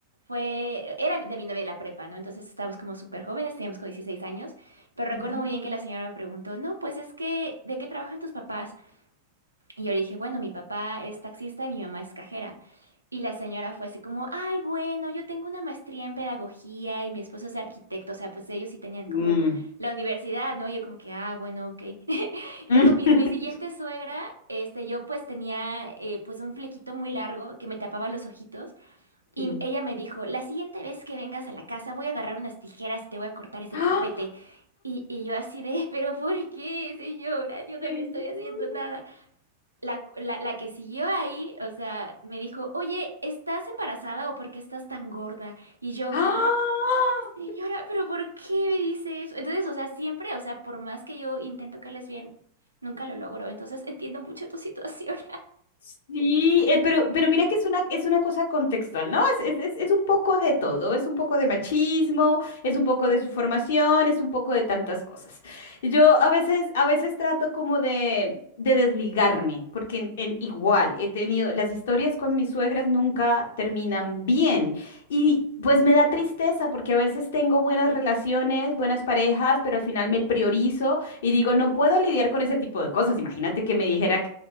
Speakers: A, on the right; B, on the left.
A: fue, era de mi novia de la prepa, ¿no? Entonces estábamos como súper jóvenes, teníamos como 16 años, pero recuerdo
B: ujú,
A: muy bien que la señora me preguntó, no, pues es que, ¿de qué trabajan tus papás? Y yo le dije, bueno, mi papá es taxista y mi mamá es cajera. Y la señora fue así como, ay, bueno, yo tengo una maestría en pedagogía y mi esposo es arquitecto, o sea, pues ellos sí tenían
B: mm,
A: como
B: mm,
A: la universidad, ¿no? Y yo como que, ah, bueno, ok. <laughs> Luego
B: <laughs>
A: mi, mi siguiente suegra, este, yo pues tenía eh, pues un flequito muy largo que me tapaba los ojitos y
B: Sí.
A: ella me dijo, la siguiente vez que vengas a la casa voy a agarrar unas tijeras y te voy a cortar ese
B: <gasps>
A: copete.
B: ¡Ah!
A: Y, y yo así de, <laughs> pero ¿por qué, señora? Yo
B: Te
A: no le estoy
B: lloro.
A: haciendo nada. La, la, la que siguió ahí, o sea, me dijo, oye, ¿estás embarazada o por qué estás tan gorda? Y yo,
B: ¡Ah!
A: "Ah, señora, pero ¿por qué me dice eso? Entonces, o sea, siempre, o sea, por más que yo intento caerles bien, nunca lo logro. Entonces, entiendo mucho tu <laughs> situación.
B: Sí, eh, pero, pero mira que es una, es una cosa contextual, ¿no? Es, es, es, es un poco de todo, es un poco de machismo, es un poco de su formación, es un poco de tantas cosas. Yo a veces, a veces trato como de, de desligarme, porque en, en igual he tenido, las historias con mis suegras nunca terminan bien. Y pues me da tristeza porque a veces tengo buenas relaciones, buenas parejas, pero al final me priorizo y digo, no puedo lidiar con ese tipo de cosas. Imagínate que me dijera